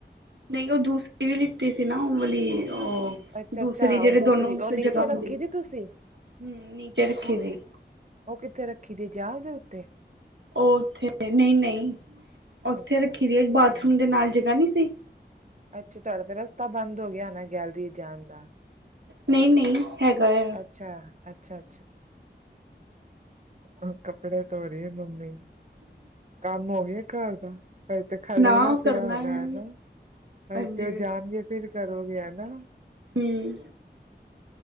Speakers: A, on the right; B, on the right.
A: ਨਹੀਂ ਉਹ ਦੂਸਰੀ ਵੀ ਲਿੱਤੀ ਸੀ ਨਾ ਉਹ ਵਾਲੀ, ਉਹ
B: ਅੱਛਾ
A: ਦੂਸਰੀ
B: ਅੱਛਾ
A: ਜਿਹੜੇ
B: ਉਹ ਦੂਸਰੀ
A: ਦੋਨੋ
B: ਉਹ
A: ਜਗ੍ਹਾ
B: ਨੀਚੇ
A: ਹੁੰਦੀ,
B: ਰੱਖੀ ਦੀ ਤੁਸੀਂ
A: ਹੂੰ ਨੀਚੇ ਰੱਖੇ ਦੀ
B: ਉਹ ਕਿੱਥੇ ਰੱਖੀ ਦੀ ਜਾਲ ਦੇ ਉੱਤੇ?
A: ਉਹ ਉੱਥੇ ਨਹੀਂ-ਨਹੀਂ, ਉੱਥੇ
B: ਅੱਛਾ
A: ਰੱਖੀ ਦੀ ਬਾਥਰੂਮ ਦੇ ਨਾਲ ਜਗ੍ਹਾ ਨਹੀਂ ਸੀ?
B: ਅੱਛਾ ਤੁਹਾਡਾ ਤਾਂ ਰਸਤਾ ਬੰਦ ਹੋ ਗਿਆ ਨਾ ਗੈਲਰੀ ਜਾਨ ਦਾ?
A: ਨਈੰ-ਨਈਂ ਹੈਗਾ ਏ।
B: ਅੱਛਾ, ਅੱਛਾ-ਅੱਛਾ। ਅ ਕੱਪੜੇ ਧੋ ਰੀਏ ਮੰਮੀ। ਕੰਮ ਹੋ ਗਿਆ ਘਰ ਦਾ, ਕਦੇ ਤੇ ਖਲੇਰਾ
A: ਨਾ ਉਹ
B: ਪਿਆ
A: ਕਰਨਾ
B: ਹੋਨਾ
A: ਹੈ
B: ਐ ਨਾ?
A: ਹਾਂਜੀ
B: ਤੇ ਉਹ
A: ਹਾਂਜੀ
B: ਜਾਨਗੇ ਫਿਰ ਕਰੋਗੇ ਹੈਨਾ?
A: ਹਮ